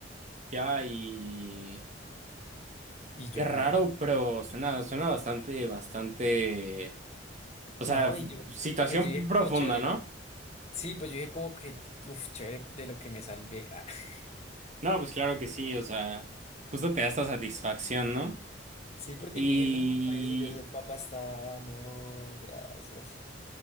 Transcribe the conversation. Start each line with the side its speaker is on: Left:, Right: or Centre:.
Right: Ya, y...
Left: Y yo
Right: Qué raro,
Left: como,
Right: pero suena, suena bastante, bastante... O sea,
Left: no,
Right: f-
Left: y yo,
Right: situación
Left: pues yo dije
Right: profunda,
Left: como chévere.
Right: ¿no?
Left: Sí, pues yo dije como que, uff, chévere de lo que me salvé. Ah. <laughs>
Right: No, pues claro que sí, o sea, justo te da esta satisfacción, ¿no?
Left: Sí, porque
Right: Y...
Left: yo dije, no, madre señor, ese papa está, no, gracias.